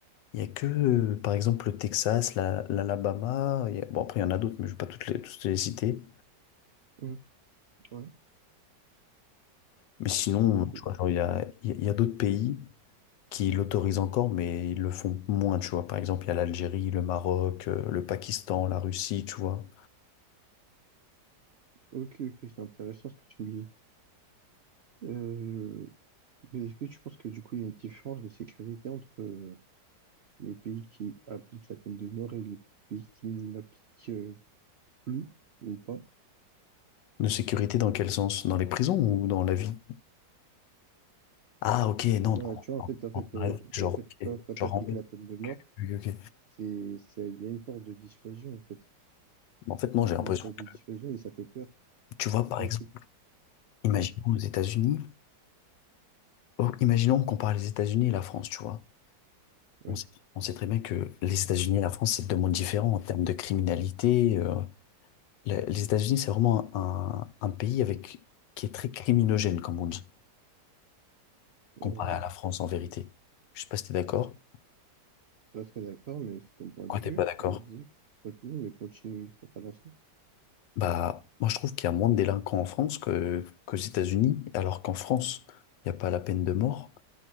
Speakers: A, on the left; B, on the right.
A: Il y a que, euh, par exemple, le Texas, la- l'Alabama. il y a- Bon, après, il y en a d'autres, mais je ne vais pas toutes les, toutes les citer.
B: Hum, Ouais.
A: Mais sinon,
B: Ok.
A: tu vois, genre, il y a, il y a il y a d'autres pays qui l'autorisent encore, mais ils le font moins, tu vois. Par exemple, il y a l'Algérie, le Maroc, euh, le Pakistan, la Russie, tu vois.
B: Ok. Ok. C'est intéressant ce que tu me dis. Euh, mais est-ce que tu penses que du coup il y a une différence de sécurité entre euh, les pays qui appliquent la peine de mort et les pays qui ne l'appliquent euh, plus ou pas?
A: De sécurité, dans quel sens? Dans les prisons ou dans la vie? Ah, ok, non,
B: Bah,
A: dans,
B: tu vois,
A: dans-
B: en fait, en fait,
A: dans
B: euh,
A: la vie, genre,
B: bah, en fait,
A: ok,
B: quand, quand t'appliques
A: genre en mode,
B: la peine de mort,
A: oui, ok.
B: c'est, c'est, il y a une force de dissuasion, en fait.
A: En fait, non, j'ai l'impression
B: Une force de
A: que,
B: dissuasion et ça fait peur.
A: tu vois,
B: Du
A: par
B: coup,
A: exemple,
B: est-ce que,
A: imaginons
B: ouais,
A: aux États-Unis, oh, imaginons qu'on parle des États-Unis et la France, tu vois.
B: oui,
A: On sait, on sait très bien que les États-Unis et la France, c'est deux mondes différents en termes de criminalité. euh. Le- les États-Unis, c'est vraiment un, un pays avec, qui est très criminogène, comme on dit, comparé
B: euh,
A: à la
B: je
A: France
B: suis
A: en vérité. Je sais pas si t'es d'accord.
B: pas très d'accord, mais c'est ton point
A: Pourquoi
B: de vue.
A: t'es pas d'accord?
B: Vas-y, non mais continue sur ta lancée.
A: Bah, moi, je trouve qu'il y a moins de délinquants en France que, qu'aux États-Unis, alors qu'en France, il n'y a pas la peine de mort.